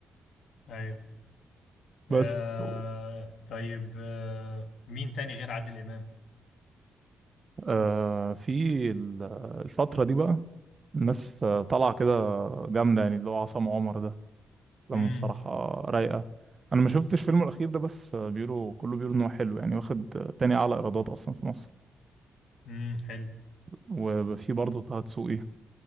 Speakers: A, on the left (about 85°); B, on the right (about 40°).
A: ايوه
B: <laughs>
A: آه
B: بس و...
A: طيب آه مين تاني غير عادل امام
B: آه في ال- الفتره دي بقى الناس آه، طالعه كده جامده يعني اللي هو عصام عمر ده افلامه
A: امم
B: بصراحه رايقه انا ما شفتش فيلمه الاخير ده بس آه، بيقولوا كله بيقولوا ان هو حلو يعني واخد آه، تاني اعلى ايرادات اصلا في مصر
A: امم حلو
B: وفي برضه طه دسوقي